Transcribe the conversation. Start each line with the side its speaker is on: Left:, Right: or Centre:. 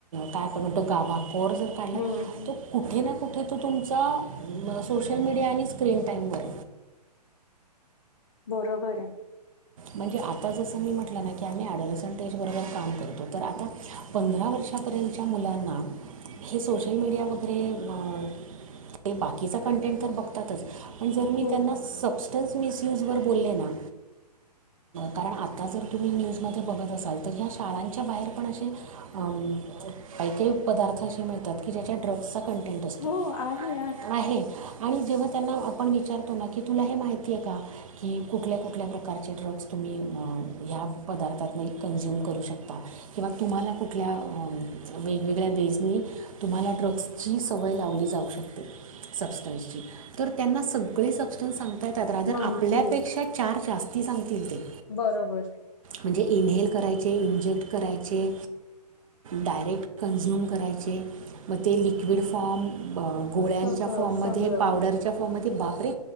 Right: काय आपण म्हणतो गाभा कोर जर काढला ना
Left: हम्म
Right: तो कुठे ना कुठे तो तुमचा सोशल मीडिया आणि स्क्रीन टाइमवर
Left: बरोबर आहे.
Right: म्हणजे आता जसं मी म्हटलं ना की आम्ही अडवसंटेज बरोबर काम करतो तर आता पंधरा वर्ष पर्यंतच्या मुलांना हे सोशल मीडिया वगैरे ते बाकीचा कंटेंट तर बघतातच. पण जर मी
Left: खूप
Right: त्यांना सबस्टन्स मिसयूजवर बोलले ना कारण आता जर तुम्ही न्यूजमध्ये बघत असाल तर ह्या शाळांच्या बाहेर पण असे अ काही काही पदार्थ असे मिळतात की ज्याच्या ड्रग्सच कंटेंट असतो,
Left: हो आहे
Right: आहे. जेव्हा त्यांना आपण विचारतो ना की तुला हे माहिती आहे का? की कुठल्या कुठल्या प्रकारचे ड्रग् स् तुम्ही या पदार्थांतनी कंन्झुम करु शकता किंवा तुम्हाला कुठल्या वेगगळ्या वेज नी तुम्हाला ड्रग्सची सवय लावली जाऊ शकते. सबस्टन्सची तर त्यांना सगळे सबस्टन्स सांग ता येतात, रादर
Left: माहिती
Right: आपल्यापेक्षा
Left: आहे
Right: चार जास्ती सांगतील. ते
Left: बरोबर.
Right: म्हणजे इनहेल करायचे इंजेक्ट करायचे डायरेक्ट कन्झ्युम करायचे, मग ते लिक्विड फॉर्म, गोळ्यांच्या
Left: सगळं
Right: फॉर्म
Left: सगळं
Right: मध्ये, पावडरच्या फॉर्म मध्ये बा परे!